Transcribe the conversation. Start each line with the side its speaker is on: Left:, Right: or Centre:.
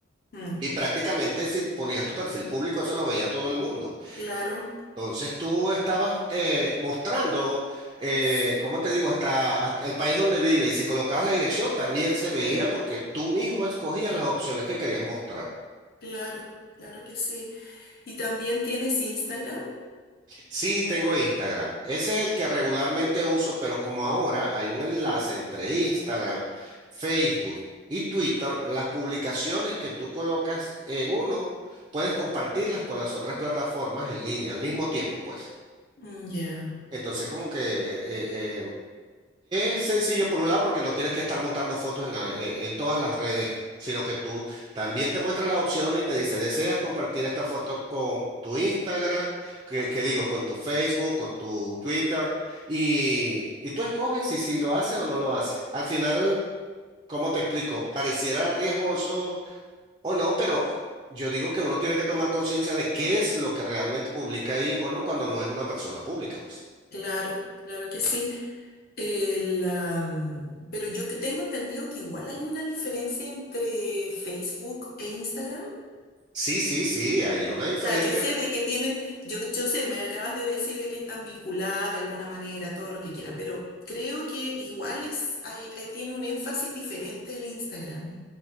Left: Mm,
Right: y prácticamente si ponías tu perfil público, eso lo veía todo el mundo.
Left: claro,
Right: Entonces tú estabas eh, mostrando, eh,
Left: sí,
Right: como te digo, hasta, hasta el país donde vive y si colocabas la dirección también se veía porque tú mismo escogías las opciones que querías mostrar.
Left: claro, claro que sí. ¿Y también tienes Instagram?
Right: Sí, tengo Instagram. Ese es el que regularmente uso, pero como ahora hay un enlace entre Instagram, Facebook y Twitter, las publicaciones que tú colocas en uno, puedes compartirlas con las otras plataformas en línea al mismo tiempo, pues.
Left: Mm, Ya.
Right: Entonces, como que eh, eh, es sencillo por un lado porque no tienes que estar montando fotos en, a- en- en todas las redes, sino que tú también te muestra las opciones y te dice, ¿deseas compartir esta foto con tu Instagram? Que, que digo, con tu Facebook, con tu Twitter. Y, y tú escoges si, si lo haces o no lo haces. Al final, ¿cómo te explico? Pareciera riesgoso o no, pero yo digo que uno tiene que tomar conciencia de qué es lo que realmente publica ahí o no cuando no es una persona pública, pues.
Left: Claro, claro que sí. El, am, pero yo que tengo entendido que igual hay una diferencia entre Facebook e Instagram.
Right: Sí, sí, sí, hay una diferencia
Left: o sea, yo sé de que tienen, yo, yo sé, me acabas de decir de que están vinculadas de alguna manera, todo lo que quiera, pero creo que igual es, hay, hay- tiene un énfasis diferente el Instagram.